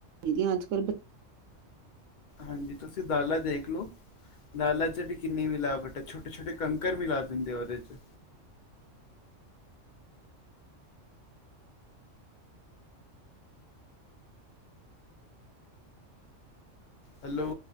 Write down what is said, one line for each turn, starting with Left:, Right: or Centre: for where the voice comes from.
Right: ਦੀਦੀ ਅੱਜ ਕੱਲ ਬਚੇ
Left: ਹਾਂਜੀ ਤੁਸੀਂ ਦਾਲਾ ਦੇਖ ਲੋ। ਦਾਲਾਂ ਚ ਵੀ ਕਿੰਨੀ ਮਿਲਾਵਟ ਹੈ ਛੋਟੇ ਛੋਟੇ ਕੰਕਰ ਮਿਲਾ ਦਿੰਦੇ ਆ ਉਹਦੇ ਚ। ਹੈਲੋ।